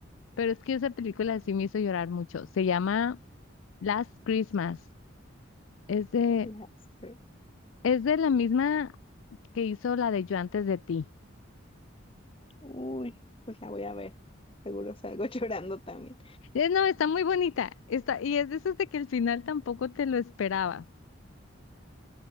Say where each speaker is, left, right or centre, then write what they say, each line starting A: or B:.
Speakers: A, on the left (about 75°); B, on the left (about 25°).
A: Pero es que esa película sí me hizo llorar mucho. Se llama Last Christmas. Es de,
B: Las cre-
A: es de la misma que hizo la de Yo antes de ti.
B: Uy, pues la voy a ver. Seguro salgo <laughs> llorando también.
A: Eh, No, está muy bonita. Está, y es de esos de que el final tampoco te lo esperaba.